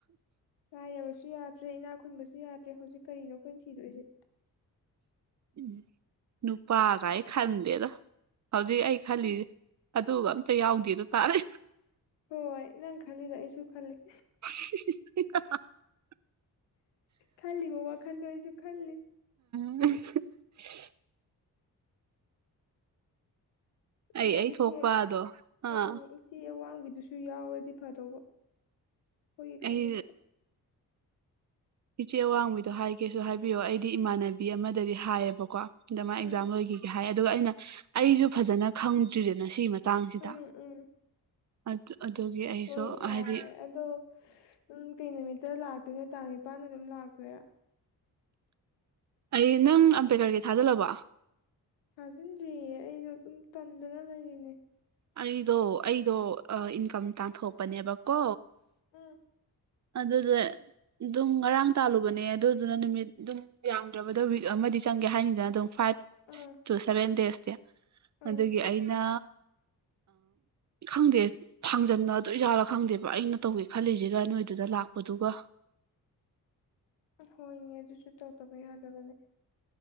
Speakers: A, on the left; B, on the right.
A: ꯂꯥꯏꯔꯕꯁꯨ ꯌꯥꯗ꯭ꯔꯦ ꯏꯅꯥꯛ ꯈꯨꯟꯕꯁꯨ ꯌꯥꯗ꯭ꯔꯦ ꯍꯧꯖꯤꯛ ꯀꯅꯣ ꯑꯩꯈꯣꯏꯅ ꯊꯤꯗꯣꯏꯁꯦ
B: ꯎ ꯅꯨ ꯄꯥꯒꯌꯦ ꯈꯪꯗꯦꯗ ꯍꯧꯖꯤꯛ ꯑꯩ ꯈꯜꯂꯤꯁꯦ ꯑꯗꯨꯒ ꯑꯝꯇ ꯌꯥꯎꯗꯦꯗ ꯇꯥꯔꯦ
A: ꯍꯣꯏ ꯅꯪ ꯈꯜꯂꯤꯗ ꯑꯩꯁꯨ ꯈꯜꯂꯤꯦ
B: <inaudible>
A: ꯈꯜꯂꯤ ꯕꯕꯥ ꯈꯥꯟꯗ ꯑꯩꯁꯨ ꯈꯜꯂꯤ
B: ꯎꯍ
A: ꯑꯃ
B: ꯑꯩ ꯑꯩ
A: ꯏꯆꯦ
B: ꯊꯣꯛꯄꯗꯣ ꯑꯥ
A: ꯑꯗꯨꯅꯦ ꯏꯆꯦꯋꯥꯡꯕꯤꯗ ꯑꯗꯨꯁꯨ ꯌꯥꯎꯔꯗꯤ ꯐꯗꯧꯕ ꯍꯈꯣꯏꯒꯤ ꯀꯥꯡꯂꯨꯞꯇ
B: ꯑꯩ ꯏꯆꯦ ꯑꯋꯥꯡꯕꯤꯗꯣ ꯍꯥꯏꯒꯦꯁꯨ ꯍꯥꯏꯕꯤꯌꯣ ꯑꯩꯗꯤ ꯏꯃꯥꯟꯅꯕꯤ ꯑꯃꯗꯗꯤ ꯍꯥꯏꯌꯦꯕꯀꯣ ꯗ ꯃꯥ ꯑꯦꯛꯖꯥꯝꯜꯒꯤ
A: ꯎꯝ
B: ꯍꯥꯏ ꯑꯗꯨꯒ ꯑꯩꯅ ꯑꯩꯁꯨ ꯐꯖꯅ ꯈꯪꯗ꯭ꯔꯤꯗꯅ ꯁꯤꯒꯤ ꯆꯥꯡꯁꯤꯗ
A: ꯎꯝ ꯎꯝ
B: ꯑꯗꯨ ꯑꯗꯨꯒꯤ ꯑꯩꯁꯨ
A: ꯍꯣꯏ ꯌꯥꯔꯦ
B: ꯍꯥꯏꯗꯤ
A: ꯑꯗꯣ ꯎꯝ ꯀꯩ ꯅꯨꯃꯤꯠꯇ ꯂꯥꯛꯦ ꯑꯗꯨꯅ ꯇꯥꯡ ꯅꯤꯄꯥꯟꯗ ꯑꯗꯨꯝ ꯂꯥꯛꯇꯣꯏꯔꯥ
B: ꯑꯩ ꯅꯪ ꯑꯝꯕꯦꯗꯀꯔꯒꯤ ꯊꯥꯖꯤꯜꯂꯕꯣ
A: ꯊꯥꯖꯤꯟꯗ꯭ꯔꯤꯌꯦ ꯑꯩꯗꯣ ꯑꯗꯨꯝ ꯇꯟꯗꯅ ꯂꯩꯔꯤꯅꯦ
B: ꯑꯩꯗꯣ ꯑꯩꯗꯣ ꯏꯟꯀꯝ ꯇꯥꯟꯊꯣꯛꯄꯅꯦꯕꯀꯣ
A: ꯎꯝ
B: ꯑꯗꯨꯗꯁ ꯑꯗꯨꯝ ꯉꯔꯥꯡ ꯇꯥꯜꯂꯨꯕꯅꯦ ꯑꯗꯨꯗꯨꯅ ꯅꯨꯃꯤꯠ ꯑꯗꯨꯝ ꯌꯥꯝꯗ꯭ꯔꯕꯗ ꯋꯤꯛ ꯑꯃꯗꯤ ꯆꯪꯒꯦ ꯍꯥꯏꯅꯤꯗꯅ ꯑꯗꯨꯝ ꯐ ꯐꯥꯏꯚ
A: ꯎꯝ
B: ꯇꯨ ꯁꯚꯦꯟ ꯗꯦꯖꯇꯤ
A: ꯎꯝ
B: ꯑꯗꯨꯒꯤ ꯑꯩꯅ ꯈꯪꯗꯦ ꯊꯥꯡꯖꯟꯅ ꯑꯗꯨ ꯑꯣꯏꯖꯥꯠꯂ ꯈꯪꯗꯦꯕ ꯑꯩꯅ ꯇꯧꯒꯦ ꯈꯜꯂꯤꯁꯤꯒ ꯅꯣꯏ ꯑꯗꯨꯗ ꯂꯥꯛꯄꯗꯨꯒ
A: ꯍꯣꯏꯅꯦ ꯑꯗꯨꯁꯨ ꯇꯧꯗꯕ ꯌꯥꯗꯕꯅꯦ